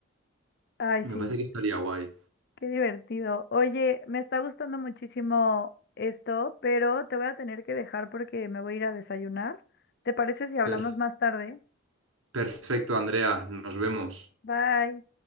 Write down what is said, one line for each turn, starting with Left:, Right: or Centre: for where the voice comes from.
Left: Ay,
Right: Me
Left: sí.
Right: parece que estaría guay.
Left: Qué divertido. Oye, me está gustando muchísimo esto, pero te voy a tener que dejar porque me voy a ir a desayunar. ¿Te parece si hablamos
Right: Per-
Left: más tarde?
Right: perfecto, Andrea, nos vemos.
Left: Bye.